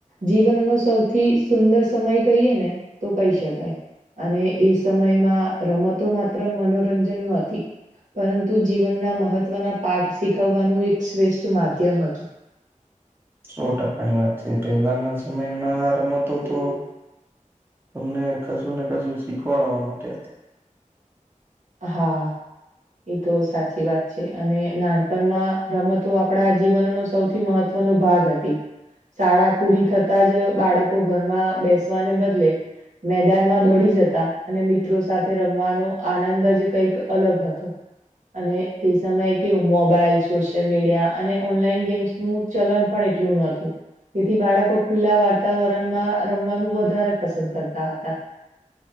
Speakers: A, on the right (about 70°); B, on the right (about 15°).
A: જીવનનો સૌથી સુંદર સમય કહીએ ને તો કહી શકાય. અને એ સમયમાં રમતો માત્ર મનોરંજન નહતી. પરંતુ જીવનના મહત્વના પાઠ શીખવવાનું એક શ્રેષ્ઠ માધ્યમ હતું.
B: સો ટકાની વાત છે પહેલાના સમયમાં રમતો તો, તમને કશું ને કશું શીખવાડવા માટે.
A: હા. એ તો સાચી વાત છે અને નાનપણમાં રમતો આપણા જીવનનો સૌથી મહત્વ ન ભાગ હતી. શાળા પૂરી થતા જ બાળકો ઘરમાં બેસવાને બદલે. મેદાનમાં દોડી જતા અને મિત્રો સાથે રમવાનો આનંદ અંદાજે કઈક અલગ હતો. અને તે સમયે કેવું મોબાઈલ સોશિયલ મીડિયા અને ઓનલાઈન ગેમ્સ નું ચલન પણ એટલું નોતું. તેથી બાળકો ખુલ્લા વાર્તાવરણમાં રમવાનું વધારે પસંદ કરતા હતા.